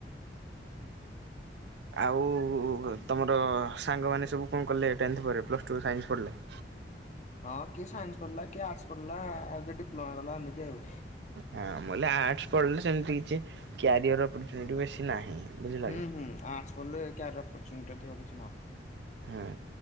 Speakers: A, on the right; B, on the left.
A: ଆଉ ତମର ସାଙ୍ଗମାନେ ସବୁ କଣ କଲେ ଟେନ୍ଥ ପରେ ପ୍ଲସ ଟୁ ସାଇନ୍ସ ପଢିଲେ? <inaudible>
B: ହଁ କିଏ ସାଇନ୍ସ ପଢିଲା କିଏ ଆର୍ଟସ ପଢିଲା ଆଉ କିଏ ଡିପ୍ଲୋମା କଲା ଏମିତି ଆଉ।
A: ହଁ ମୁଁ କହିଲି ଆର୍ଟସ ପଢିଲେ ସେମିତି କିଛି କ୍ୟାରିୟର ଅପରଚୁନିଟି ବେଶୀ ନାହିଁ। ବୁଝିଲ
B: ହୁଁ
A: କି?
B: ହୁଁ ଆର୍ଟସ ପଢ଼ିଲେ କ୍ୟାରିୟର ଅପରଚୁନିଟି ଅଧିକ କିଛି ନାହି
A: ହଁ